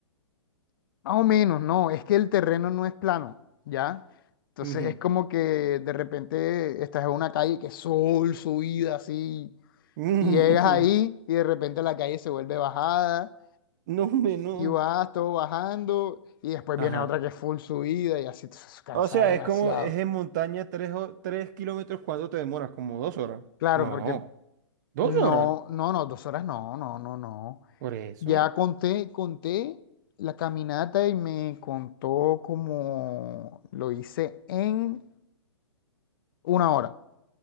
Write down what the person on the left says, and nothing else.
Más o menos, no, es que el terreno no es plano, ¿ya? Entonces
es como que de repente estás en una calle que es sol, subida, así,
y llegas ahí
y de repente la calle se vuelve bajada
y vas todo bajando y después
viene otra que es full subida y así, entonces cansa
demasiado.
Claro,
porque
no,
no, no, dos horas no, no, no, no.
Ya conté, conté la caminata y me contó como lo hice en una hora.